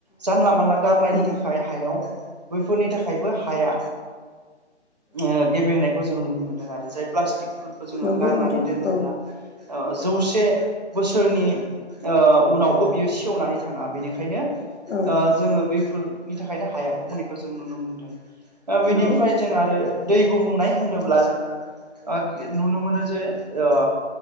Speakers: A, on the right; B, on the left.
A: जानला मानला गारनायनि
B: औ
A: थाखाय हायाव बैफोरनि थाखायबो हाया। ओ गेबेंनायखौ जों नुनो मोनदों आरो जाय प्लास्टिक खौ जोङो
B: नंगौ
A: गारनानै
B: नंगौ
A: दोनोब्ला
B: औ
A: ओ जौसे बोसोरनि ओ उनावबो बियो सेवनानै थाङा बेनिखायनो
B: औ
A: ओ जोङो बैफोरनि थाखायनो हाया गुबुंनायखौ जों नुनो मोनदों ओ बेनिफ्राय
B: नंगौ औ
A: जों आरो दै गुबुंनाय होनोब्ला जोङो ओ नुनो मोनो जे ओ